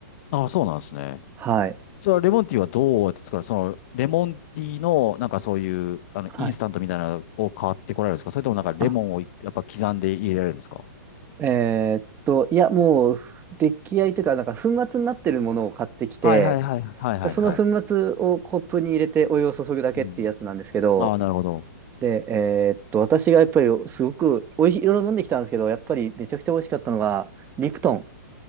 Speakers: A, on the left (about 45°); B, on the right (about 20°).
A: ああ、そうなんですね。
B: はい。
A: それはレモンティーはどうやって作るその、レモンティーの、なんかそういう、あの、
B: はい。
A: インスタントみたいなのを買ってこられるんですかそれともなんかレモンをやっぱ刻んで入れられるんですか
B: あ、えーっと、いや、もう、出来合いというか、なんか粉末になってるものを買ってきて、
A: はいはいはいはいはいはい。
B: でその粉末をコップに入れてお湯を注ぐだけっていうやつなんですけど、
A: うんああ、なるほど。
B: で、えーっと、私がやっぱりすごくおいしい、いろいろ飲んできたんですけど、やっぱりめちゃくちゃ美味しかったのが、リプトン。